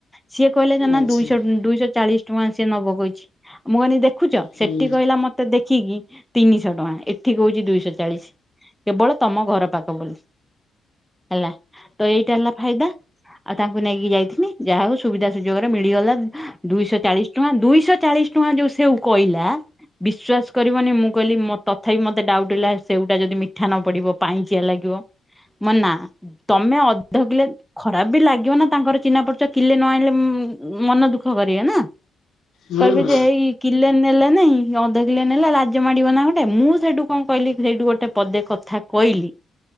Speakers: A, in the centre; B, on the left.
A: ସିଏ କହିଲେ ଯେ ନା
B: ଆଚ୍ଛା
A: ଦୁଇଶ ଦୁଇଶହ ଚାଳିଶି ଟଙ୍କା ସିଏ ନବ କହିଛି ଆ ମୁଁ କହିଲି ଦେଖ ଦେଖୁଛ
B: ହୁଁ
A: ସେଠି କହିଲା ମତେ ଦେଖିକି ତିନିଶହ ଟଙ୍କା ଏଠି କହୁଛି ଦୁଇଶହ ଚାଳିଶି। କେବଳ ତମ ଘର ପାଖ ବୋଲି ହେଲା ତ ଏଇଟା ହେଲା ଫାଇଦା। ଆଉ ତାଙ୍କୁ ନେଇକି ଯାଇଥିନି ଯାହା ହଉ ସୁବିଧା ସୁଯୋଗରେ ମିଳିଗଲା ଅଁ ଦୁଇଶହ ଚାଳିଶି ଟଙ୍କା ଦୁଇଶହ ଚା ଚାଳିଶ ଟଙ୍କା ଯୋଉ ସେଉ କହିଲା ବିଶ୍ଵାସ କରିବନି ମୁଁ କହିଲି ମ ତ ତଥାପି ମୋତେ ଡାଉଟ ହେଲା ସେଉଟା ଯଦି ମିଠା ନ ପଡିବ ପାଁଣିଚିଆ ଲାଗିବ ମୁଁ କହିଲି ନା ତମେ ଅଧ କିଲେ ଖରାପ ବି ଲାଗିବ ନା ତାଙ୍କର ଚିହ୍ନା ପରିଚୟ କିଲେ ନ ଆଣଲେ ମୁଁ ମନ ଦୁଃଖ କରିବେ ନା
B: ହୁଁ
A: କହିବେ ଯେ ହେଇ କିଲେ ନେଲେ ନାଇଁ। ଅଧ କିଲୋ ନେଲା ଲାଜ ମାଡ଼ିବ ନା ଗୋଟେ ମୁଁ ସେଠୁ କଣ କହିଲି ସେଇଠୁ ଗୋଟେ ପଦେ କଥା କହିଲି